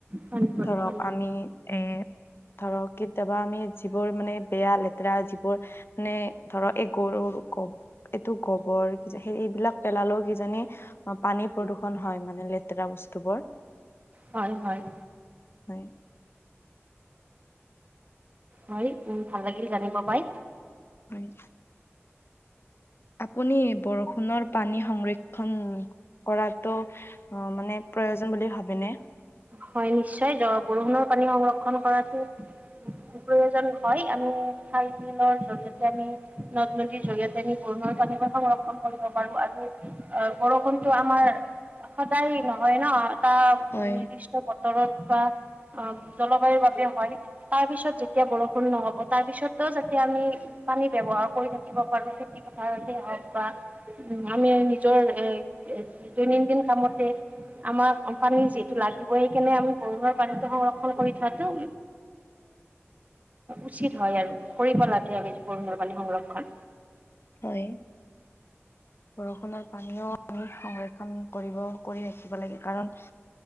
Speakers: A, on the right; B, on the left.
A: হয়', প্ৰদূষণ
B: ধৰক আমি এ'। ধৰক কেতিয়াবা আমি যিবোৰ মানে বেয়া লেতেৰা যিবোৰ মানে। ধৰ এই গৰুৰ গ- এইটো গোবৰ। সেই- সেইবিলাক পেলালেও কিজানি পানী প্ৰদূষণ হয় মানে লেতেৰা বস্তু বোৰ।
A: হয়', হয়',
B: হয়',
A: হয়', উম', ভাল লাগিল জানিব পাই।
B: হয়। আপুনি বৰষুণৰ পানী সংৰক্ষণ কৰাতো। অ মানে প্ৰয়োজন বুলি ভাবিনে।
A: হয় নিশ্চয় বৰষুণৰ পানী সংৰক্ষণ কৰাটো। প্ৰয়োজন হয় আমি খাই বিলৰ জৰিয়তে আমি নদ -নদীৰ জৰিয়তে। পূণৰ পানীকৈ সংৰক্ষণ কৰিব পাৰো আৰু বৰষুণটো আমাৰ। সদায় নহয় ন এাৰ
B: হয়
A: নিৰ্দিষ্ট বতৰত বা। অ জলবায়ুৰ বাবে হয় তাৰ পিছত যেতিয়া বৰষুণ নহ'ব তাৰ পিছতো যাতে আমি। পানী ব্যৱহাৰ কৰি থাকিব পাৰো খেতি পথাৰতে হওঁক বা। উ আমি নিজৰ এ দৈনন্দ দিন কামতে। আমাৰ কোম্পানীৰ যিহেতু লাগি। ব কেনে আমি গৰুৰ পানীটো সংৰক্ষণ কৰি থোৱাতটো। উচিত হয় আৰু কৰিব লাগে আমি বৰণৰ পাণী সংৰক্ষণ।
B: হয় বৰষুণৰ। পানীও আমি সংৰক্ষন কৰিব কৰি ৰাখিব লাগে কাৰণ